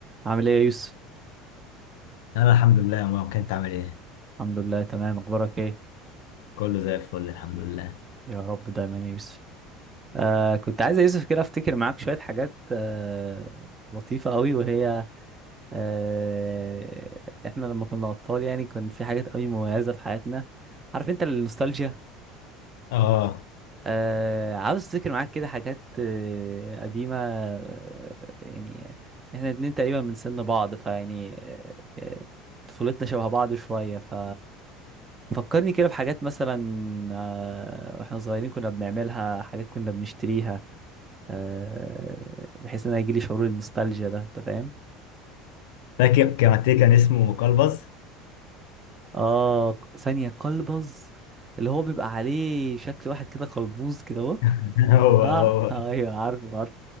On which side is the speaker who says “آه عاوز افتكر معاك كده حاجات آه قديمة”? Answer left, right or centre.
Right